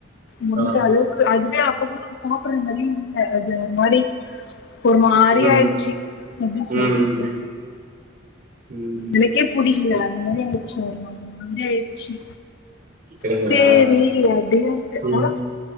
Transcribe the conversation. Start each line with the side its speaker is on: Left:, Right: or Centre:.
Left: முடிஞ்ச
Right: ஆ.
Left: அளவுக்கு அதுவே அப்புறமா சாப்ற நெலையே இல் அது மாரி ஒரு மாரி
Right: ம்,
Left: ஆயிட்ச்சி எப்டி சொல்றது
Right: ம், ம், ம்.
Left: எனக்கே புடிக்ல அந்த மாரி ஆயிடுச்சி ஒரு மாரி வந்து ச்சி
Right: அப்படிங்களா?
Left: சேரி அப்டியான்டு
Right: ம்,
Left: தா